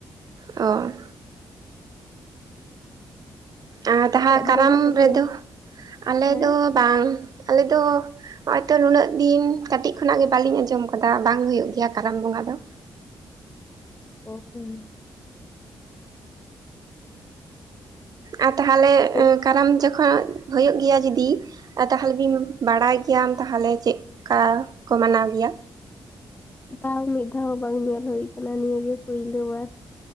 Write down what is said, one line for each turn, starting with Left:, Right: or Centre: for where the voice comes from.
Right: ᱚ ᱟᱸ ᱛᱟᱦᱟ
Left: ᱟᱯᱮᱭᱟᱜ ᱫᱚ
Right: ᱠᱟᱨᱟᱢ
Left: ᱵᱟᱹᱱᱩᱜ ᱛᱟᱯᱮᱭᱟ?
Right: ᱨᱮᱫᱚ ᱟᱞᱮ
Left: ᱦᱮᱸ
Right: ᱫᱚ ᱵᱟᱝ ᱟᱞᱮ ᱫᱚ ᱱᱚᱜ-ᱚᱭ ᱛᱚ ᱱᱩᱱᱟᱹᱜ ᱫᱤᱱ ᱠᱟᱴᱤᱡ ᱠᱷᱚᱱᱟᱜ ᱜᱮ ᱵᱟᱞᱤᱧ ᱟᱸᱡᱚᱢ ᱠᱟᱫᱟ ᱵᱟᱝ ᱦᱩᱭᱩᱜ ᱜᱮᱭᱟ ᱠᱟᱨᱟᱢ ᱵᱚᱸᱜᱟ ᱫᱚ᱾
Left: <unintelligible>
Right: ᱟ ᱛᱟᱦᱞᱮ
Left: ᱛᱚ
Right: ᱠᱟᱨᱟᱢ ᱡᱚᱠᱷᱚᱢ ᱦᱳᱭᱳᱜ ᱜᱮᱭᱟ ᱡᱩᱫᱤ ᱟ ᱛᱟᱦᱞᱮ ᱵᱤᱱ ᱵᱟᱲᱟᱭ ᱜᱮᱭᱟᱢ ᱛᱟᱦᱞᱮ ᱪᱮᱜ ᱠᱟ ᱠᱚ ᱢᱟᱱᱟᱣ ᱜᱮᱭᱟ?
Left: ᱵᱟᱝ ᱢᱤᱫ ᱫᱷᱟᱣ ᱦᱚᱸ ᱵᱟᱝ ᱧᱮᱞ ᱦᱩᱭ ᱠᱟᱱᱟ ᱱᱤᱭᱟᱹᱜᱮ ᱯᱩᱭᱞᱳ ᱵᱟᱨ᱾